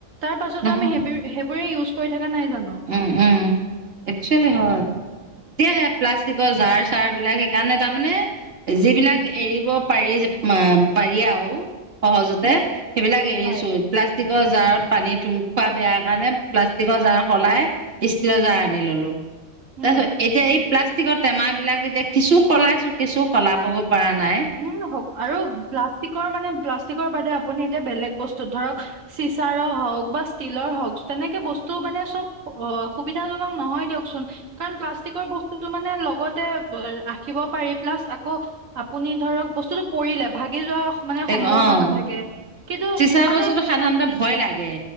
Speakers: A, on the right; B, on the right.
A: তাৰ পাছতো
B: নহয়
A: আমি সেইবো সেইবোৰে ইউজ কৰি থকা নাই জানো।
B: উম, উম। একচুৱেলি হয়। তিয়ে প্লাষ্টিকৰ জাৰ-চাৰবিলাক সেইকাৰণে তাৰমানে যিবিলাক এৰিব পাৰি মা পাৰি আও সহজতে
A: উম
B: সেইবিলাক এৰিছো।
A: হয়
B: প্লাচ প্লাষ্টিকৰ জাৰত পানী ধু খোৱা বেয়া কাৰণে প্লাষ্টিকৰ জাৰ সলাই ষ্টিলৰ জাৰ আনি ল'লো।
A: উম
B: তাৰ পিছত এতিয়া এই প্লাচ ষ্টিকৰ টেমাবিলাক এতিয়া কিছু সলাইছো, কিছু সলাবগৈ পাৰা নাই।
A: উম হওঁক, আৰু প্লাষ্টিকৰ মানে প্লাষ্টিকৰ বাদে আপুনি এতিয়া বেলেগ বস্তু ধৰক চিচাৰৰ হওঁক বা ষ্টীলৰ হওঁক তেনেকে বস্তু মানে চব অ সুবিধাজনক নহয় দিয়ক চোন। কাৰণ প্লাষ্টিকৰ বস্তুটো মানে লগতে ৰাখিব পাৰি। প্লাচ আকৌ আপুনি ধৰক বস্তুটো পৰিলে, ভাগি যোৱা মানে
B: এ
A: সম্ভাৱনা
B: উম অ'
A: নাথাকে, কিন্তু
B: চিচা
A: মানে
B: বস্তুটো সাধাৰণতে ভয় লাগে।